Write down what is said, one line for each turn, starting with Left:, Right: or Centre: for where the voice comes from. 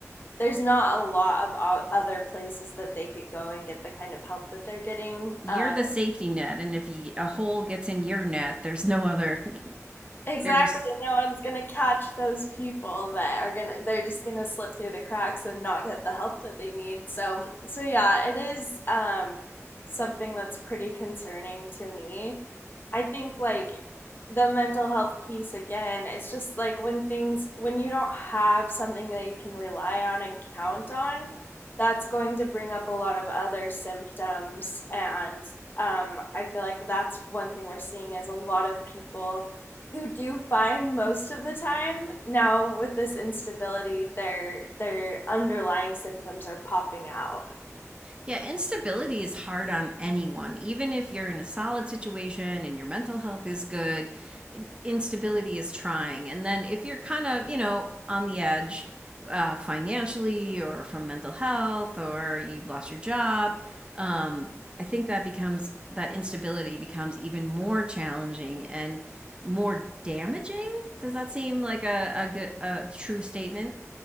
Left: there's not a lot of o- other places that they could go and get the kind of help that they're getting
Right: You're
Left: uh,
Right: the safety net, and if you, a hole gets in your net, there's no other <laughs>
Left: Exactly.
Right: they're just
Left: No one's gonna catch those people that are gonna they're just gonna slip through the cracks and not get the help that they need. So so yeah, it is um something that's pretty concerning to me. I think like the mental health piece again, it's just like when things when you don't have something that you can rely on and count on, that's going to bring up a lot of other symptoms and um I feel like that's one thing we're seeing is a lot of people who do fine most of the time. Now with this instability, their their underlying symptoms are popping out.
Right: Yeah, instability is hard on anyone. Even if you're in a solid situation and your mental health is good, instability is trying. And then if you're kind of, you know, on the edge uh, financially or from mental health or you've lost your job, um, I think that becomes that instability becomes even more challenging and more damaging. Does that seem like a, a good a true statement?